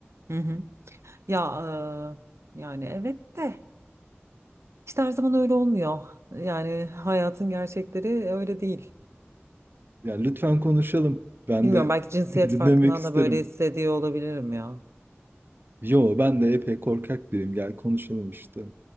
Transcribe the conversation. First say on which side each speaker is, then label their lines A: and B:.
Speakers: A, on the right; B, on the right.
A: Hı hı. Ya eee, yani evet de işte her zaman öyle olmuyor. Yani hayatın gerçekleri öyle değil.
B: Yani lütfen konuşalım. Ben
A: Bilmiyorum
B: de
A: belki cinsiyet
B: <laughs> dinlemek
A: farkından
B: isterim.
A: da böyle hissediyor olabilirim ya.
B: Yo ben de epey korkak biriyim. Gel konuşalım işte.